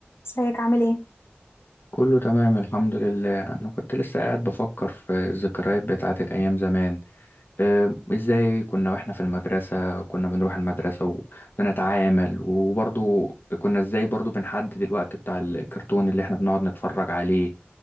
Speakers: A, on the left; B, on the left.
A: ازيك عامل ايه؟
B: كله تمام الحمد لله انا كنت لسه قاعد بفكر في الذكريات بتاعت الايام زمان آه، ازاي كنا واحنا في المدرسة كنا بنروح المدرسة وبنتعامل وبرضو كنا ازاي برضو بنحدد الوقت بتاع الكرتون اللي احنا بنقعد نتفرج عليه